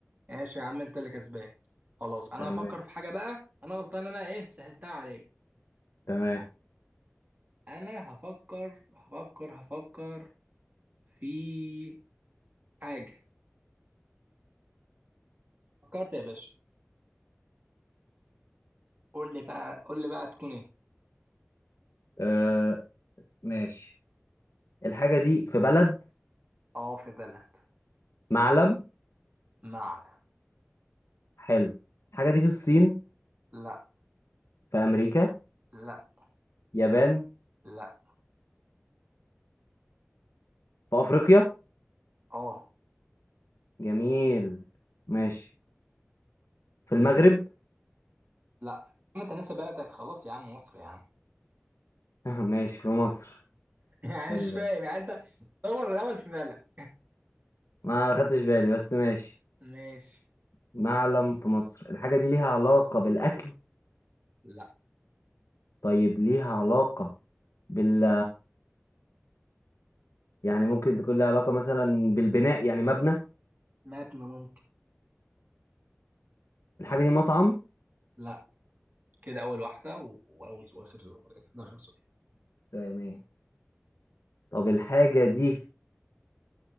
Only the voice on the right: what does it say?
ماشي يا عم انت اللي كسبان خلاص انا
هفكر في حاجه بقى انا غلطان انا ايه سهلتها عليك
انا هفكر هفكر هفكر في حاجه فكرت يا باشا قول لي بقى قول لي بقى تكون ايه
اه في بلد
معلم
لا
لا
لا
اه
لا ما انت ناسي بلدك خلاص يا عم مصر يا عم
<laughs> يعني
مش فاهم يعني انت دور الاول في بلد
ماشي
لا
مبنى ممكن
لا كده اول واحده و... واول سؤال اخر سؤال. 11 سؤال